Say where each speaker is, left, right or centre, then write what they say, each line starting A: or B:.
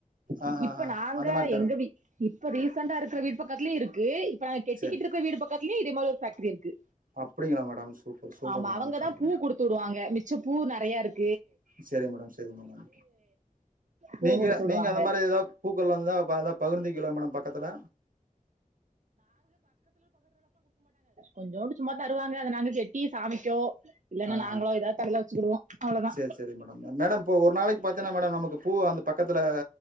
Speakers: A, on the right; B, on the right.
A: ஆ ஆ
B: இப்ப
A: ஆ
B: நாங்க
A: அந்த மாரி தரும்
B: எங்க வீ இ ப்ப ரீசெண்டா இருக்குற வீடு பக்கத்துலயு இருக்கு இ ப்ப நாங்க கெட்டிக்கிட்டு
A: சரி
B: இருக்கற வீடு பக்கத்திலயு இதே மாரி ஒரு ஃபேக்டரி இருக்கு
A: அப்டிங்களா மேடம் சூப்பர் சூப்பர்
B: ஆமா
A: மேடம்
B: அவங்கதா
A: சூப்பர்
B: பூ குடுத்துவுடுவாங்க மிஸ் ச்சி பூ நெறையா இருக்
A: சேரி மேடம் சேரி மேடம்
B: பூ
A: நீங்க
B: குடுத்து விடுவாங்க
A: நீங்க அந்த மாரி ஏதா பூக்கள் வந்தா பாதா பகிர்ந்திக்கில மேடம் பக்கத்துல
B: கொஞ்சோன்டு சும்மா தருவாங்க அத நாங்க செட்டி சாமிக்கோ இல்லன்னா
A: ஆ
B: நாங்களோ
A: ஆ
B: எதோ தலையில வச்சிக்கிடுவோ அவ்ளோதா
A: சரி சரி மேடம் மேடம் இப்போ ஒரு நாளைக்கு பாத்தீங்கன்னா மேடம் நமக்கு பூ அந்த பக்கத்துல